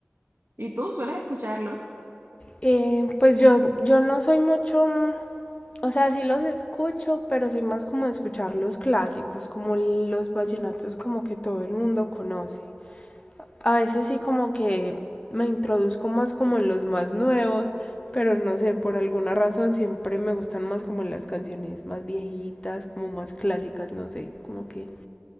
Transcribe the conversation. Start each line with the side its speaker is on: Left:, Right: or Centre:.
Right: ¿Y tú sueles escucharlos?
Left: Eh, pues yo, yo no soy mucho, mm, o sea, sí los escucho, pero soy más como de escuchar los clásicos, como los vallenatos como que todo el mundo conoce. A veces sí como que me introduzco más como en los más nuevos, pero no sé, por alguna razón siempre me gustan más como las canciones más viejitas, como más clásicas, no sé, como que